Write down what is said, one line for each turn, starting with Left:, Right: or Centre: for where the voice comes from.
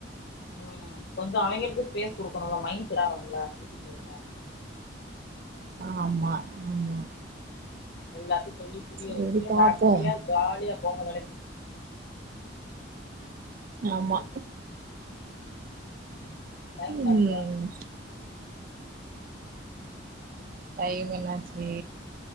Left: ம் கொஞ்சோம் அவிங்களுக்கும் ஃபேஸ் குடுக்குணும்ல மைண்ட் செட் ஆவணும்ல எப்பிடி சொல்லுற
Right: ஆமா ம்
Left: எல்லாத்தையும் சொல்லி புரிய
Right: சரி
Left: வெச்சிட்டு
Right: பாப்போம்
Left: ஹப்பியா ஜாலியா போங்க வேலைக்கு.
Right: ஆமா
Left: ம் டைம் என்னாச்சு
Right: ம் டைம் என்னாச்சு